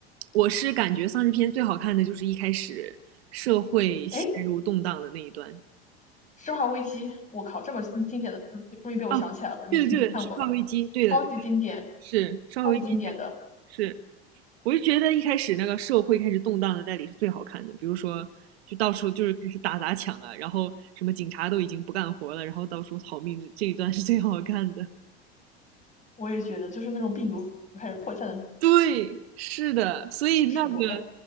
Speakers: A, on the right (about 70°); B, on the left (about 25°).
A: 我是感觉丧尸片最好看的就是一开始社会陷入动荡的那一段
B: 哎，《生化危机》，我靠，这么经经典的，终于被我想起来了，
A: 啊，
B: 你你看过吧？
A: 对的对的，生化危机，对的对的。
B: 超级经典，
A: 是，稍微一些
B: 超级经典的。
A: 是，我就觉得一开始那个社会开始动荡的代理是最好看的，比如说就到处就是开始打砸抢啊，然后什么警察都已经不干活了，然后到处逃命，这一段是最好看的。
B: 我也觉得，就是那种病毒开始扩散
A: 对，是的，所以那个
B: 的时候，哎，